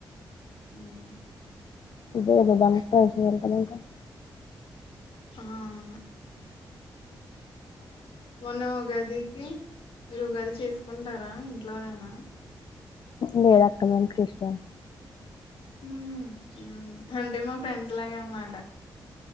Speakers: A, on the left; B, on the left.
A: ఉమ్
B: ఇదేగదా అంతా విషయాల కద ఇంకా
A: ఆ ఆనా మొన్న ఉగాదికి మీరు ఉగాది చేసుకుంటారా ఇంట్లోనేనా
B: లేదు అక్క మేము క్రిస్టిన్స్
A: ఉహు. ఉమ్ అంటే మా ఫ్రెండ్స్ లాగె అన్నమాట